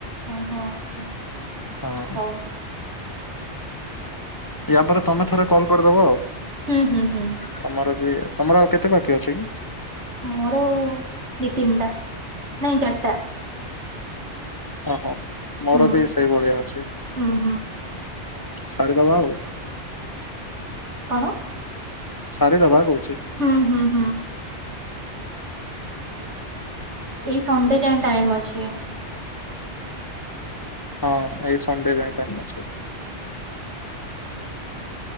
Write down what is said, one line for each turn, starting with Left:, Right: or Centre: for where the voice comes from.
Right: ଓହୋ ଆଚ୍ଛା
Left: ହଁ
Right: ହଉ।
Left: ୟା ପରେ ତମେ ଥରେ କଲ୍ କରିଦବ ଆଉ।
Right: ହୁଁ, ହୁଁ, ହୁଁ, ହୁଁ।
Left: ତମର ବି ତମର ଆଉ କେତେ ପାଖି ଅଛି?
Right: ମୋର ଆଉ ଦି, ତିନିଟା ନାଇଁ ଚାରିଟା
Left: ଓହୋ ମୋର
Right: ହୁଁ
Left: ବି ସେଇଭଳିଆ ଅଛି।
Right: ହୁଁ ହୁଁ।
Left: ସାରି ଦବା ଆଉ।
Right: କଣ?
Left: ସାରି ଦବା କହୁଛି।
Right: ହୁଁ, ହୁଁ, ହଁ। ଏଇ ସଣ୍ଡେ ଯାଏ ଟାଇମ୍ ଅଛି।
Left: ହଁ, ଏଇ ସଣ୍ଡେ ଯାଏ ଟାଇମ୍ ଅଛି।